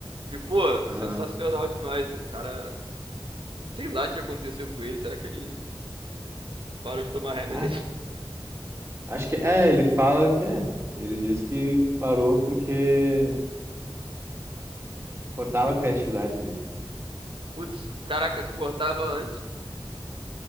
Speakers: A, on the right; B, on the right.
A: E, pô,
B: aham.
A: sensacional demais, mano. O cara, sei lá o que aconteceu com ele. Será que ele parou de tomar remédio?
B: Ah,
A: <laughs>
B: acho que é, ele fala que é. Ele diz que parou porque cortava a criatividade dele.
A: Putz, caraca, se cortava antes,